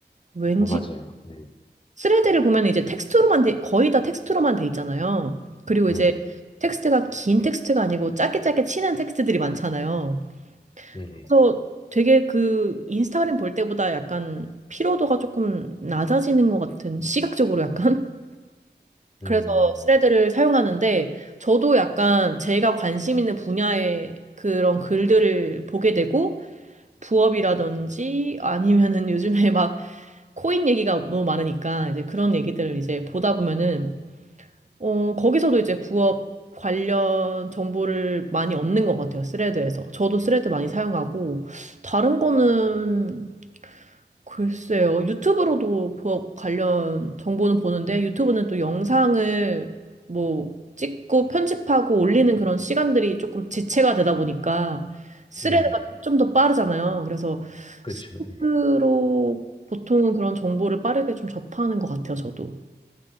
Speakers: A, on the right; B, on the left.
A: 왠지
B: 어, 맞아요. 네,
A: 스레드를 보면 이제 텍스트로만 돼, 거의 다 텍스트로만 돼 있잖아요. 그리고
B: 네네,
A: 이제 텍스트가 긴 텍스트가 아니고 짧게 짧게 치는 텍스트들이 많잖아요.
B: 네네.
A: 그래서 되게 그 인스타그램 볼 때보다 약간 피로도가 조금 낮아지는 것 같은 시각적으로 약간 <laughs>
B: 음,
A: 그래서 스레드를 사용하는데 저도 약간 제가 관심 있는 분야의 그런 글들을 보게 되고 부업이라든지 아니면은 <laughs> 요즘에 막 코인 얘기가 너무 많으니까 이제 그런 얘기들을 이제 보다 보면은 어 거기서도 이제 부업 관련 정보를 많이 얻는 것 같아요. 스레드에서. 저도 스레드 많이 사용하고 다른 거는 글쎄요. 유튜브로도 보- 관련 정보는 보는데 유튜브는 또 영상을 뭐 찍고 편집하고 올리는 그런 시간들이 조금 지체가 되다 보니까 스레드가
B: 네네.
A: 좀 더 빠르잖아요. 그래서
B: 그렇죠.
A: 스스로
B: 예.
A: 보통은 그런 정보를 빠르게 좀 접하는 것 같아요, 저도.